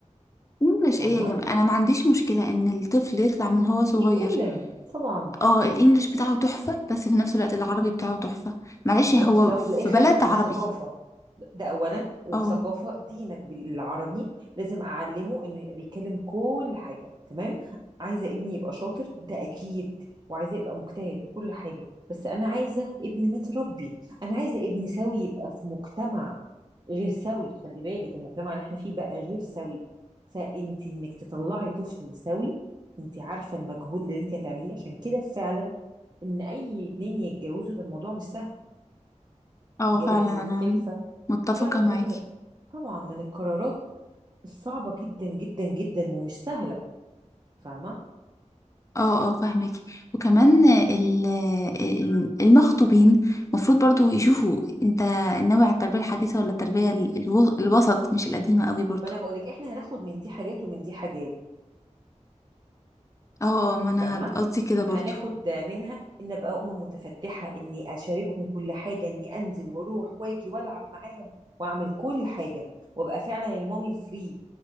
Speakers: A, on the left; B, on the right.
A: انجلش
B: فاهمة
A: ايه يا جماعه انا ما عنديش مشكله ان الطفل يطلع من هو صغير
B: يتكلم طبعا
A: اه الانجليش بتاعه تحفه بس في نفس الوقت العربي بتاعه تحفه معلش
B: بالظبط
A: هو
B: في الاول
A: في
B: وفي الاخر
A: بلد عربي
B: دي ثقافه ده اولا وفي
A: اه
B: ثقافه دينك بالعربي لازم اعلمه انه يبقى بيتكلم كل حاجه تمام عايزه ابني يبقى شاطر ده اكيد وعايزه يبقى مجتهد وكل حاجه بس انا عايزه ابني متربي انا عايزه ابني سوي يبقى في مجتمع غير سوي خلي بالك المجتمع اللي احنا فيه بقى غير سوي فانت انك تطلعي طفل سوي انت عارفه المجهود اللي انت هتعمليه عشان كده فعلا ان اي اتنين يتجوزوا ده الموضوع مش سهل
A: اه
B: جواز
A: فعلا
B: والخلفة
A: انا متفقه
B: فعلا
A: معاكي
B: ده من طبعا من القرارات الصعبة جدا جدا جدا ومش سهلة فاهمة
A: اه اه فاهمك وكمان ال- ال- المخطوبين المفروض برضو يشوفوا انت ناوي على التربية الحديثة ولا التربية ال- الو- الوسط مش القديمة قوي برضو
B: ما انا بقولك احنا هناخد من دي حاجات ومن دي حاجات
A: اه اه ما انا
B: فاهمة
A: قصدي كده برضو
B: هناخد منها ان ابقى ام متفتحه اني اشاركهم كل حاجه اني انزل واروح واجي والعب معاهم واعمل كل حاجه وابقى فعلا المامي الفري